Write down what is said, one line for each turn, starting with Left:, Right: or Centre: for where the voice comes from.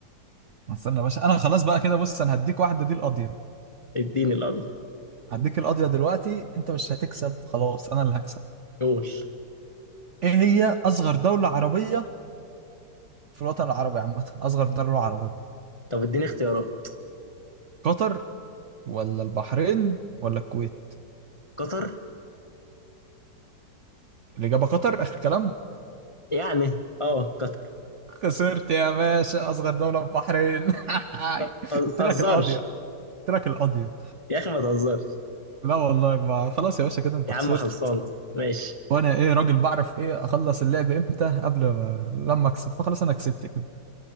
Right: استنى يا باشا انا خلاص بقى كده بص انا هديك واحدة دي القاضية
Left: اديني القاضي
Right: هديك القضية دلوقتي انت مش هتكسب خلاص انا اللي هكسب
Left: قول
Right: ايه هي اصغر دولة عربية في الوطن العربي عامة اصغر دولة عربية
Left: طب اديني اختيارات
Right: قطر ولا البحرين ولا الكويت
Left: قطر
Right: الإجابة قطر آخر كلام
Left: يعني اه قطر
Right: خسرت يا باشا أصغر دولة البحرين <laughs>
Left: طب
Right: قلت
Left: ما تهزرش
Right: لك القاضية قلت لك القاضية
Left: يا اخي ما تهزرش
Right: لا والله ما خلاص يا باشا كده أنت
Left: يا
Right: خسرت
Left: عم خلصانه ماشي
Right: وأنا إيه راجل بعرف إيه أخلص اللعب إمتى قبل ما لما أكسب فخلاص أنا كسبت كده